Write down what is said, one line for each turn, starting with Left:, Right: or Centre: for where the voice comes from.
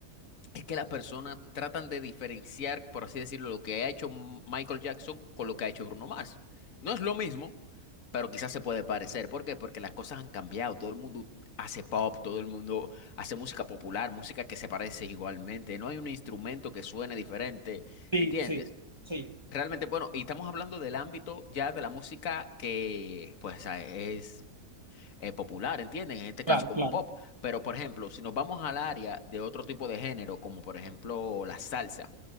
Left: es que las personas tratan de diferenciar, por así decirlo, lo que ha hecho M- Michael Jackson con lo que ha hecho Bruno Mars. No es lo mismo, pero quizás se puede parecer. ¿Por qué? Porque las cosas han cambiado. Todo el mundo hace pop, todo el mundo hace música popular, música que se parece igualmente. No hay un instrumento que suene diferente.
Right: Sí,
Left: ¿Entiendes?
Right: sí, sí.
Left: Realmente, bueno, y estamos hablando del ámbito ya de la música que, pues, a- es eh, popular, ¿entienden? En este caso,
Right: Claro,
Left: como
Right: claro.
Left: pop. Pero, por ejemplo, si nos vamos al área de otro tipo de género, como por ejemplo la salsa